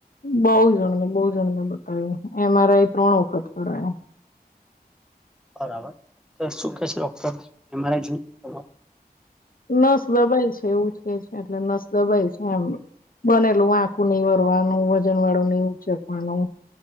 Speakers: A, on the left; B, in the centre.
A: બઉ જણ બહુ જણને બતાવ્યું એમ આરઆઈ ત્રણ વખત કરાયું.
B: બરાબર શું કે છે ડોક્ટર એમ એમ આર આઈ <inaudible>
A: નસ દબાય છે એવું જ કે છે એટલે નસ દબાય છે એમ. બનેલું વાંકુ ની વળવાનું વજન વાળું નહીં ઉચકવાનું